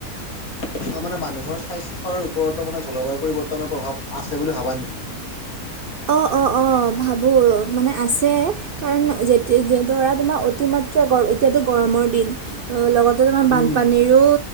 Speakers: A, on the left; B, on the right.
A: স স অ মানে মানুহৰ স্বাস্থ্যৰ ওপৰতো মানে জলবায়ুৰ পৰিৱৰ্তনৰ প্ৰভাৱ আছে বুলি ভাবা নেকি?
B: অ অ অ ভাবো মানে আছে। কাৰণ এ যেতিয়া যে ধৰা তোমাৰ অতিমাত্ৰা গৰম এতিয়াতো গৰমৰ দিন ই আহ্ ল ল লগত ত তোমাৰ বানপানীৰো
A: উম